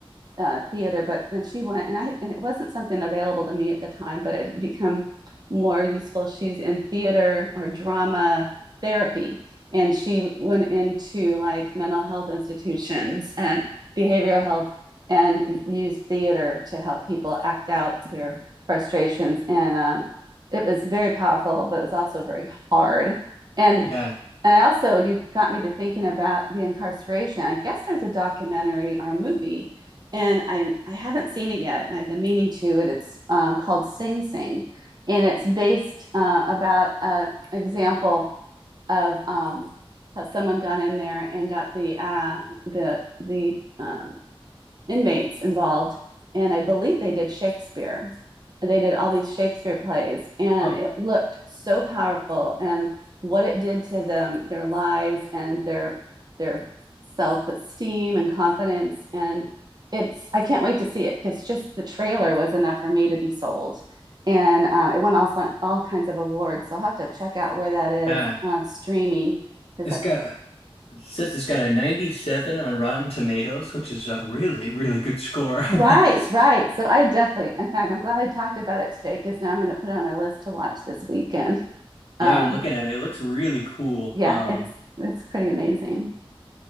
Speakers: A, on the right; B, on the left.
A: uh, theater, but then she went, and I and it wasn't something available to me at the time, but it had become more useful. She's in theater or drama therapy, and she went into like mental health institutions and behavioral health, and used theater to help people act out their frustrations. And um, it was very powerful, but it was also very hard. And
B: yeah,
A: and I also, you got me to thinking about the incarceration. I guess there's a documentary or a movie, and I I haven't seen it yet, and I've been meaning to. It it's um, called Sing Sing, and it's based uh, about a example of um, how someone got in there and got the uh, the the um, inmates involved, and I believe they did Shakespeare. They did all these Shakespeare plays, and
B: Huh.
A: it looked so powerful. And what it did to them, their lives, and their their self esteem and confidence, and it's I can't wait to see it because just the trailer was enough for me to be sold and um, it won all si-, all kinds of awards. So I'll have to check out where that is
B: yeah.
A: uh, streaming because
B: It's
A: that.
B: got a, it says it's got a 97 on Rotten Tomatoes, which is a really, really good score.
A: Right,
B: <laughs>
A: right. So I definitely, in fact, I'm glad I talked about it today because now I'm going to put it on my list to watch this weekend.
B: Yeah,
A: Um,
B: I'm looking at it. It looks really cool.
A: yeah,
B: Um,
A: it's it's pretty amazing.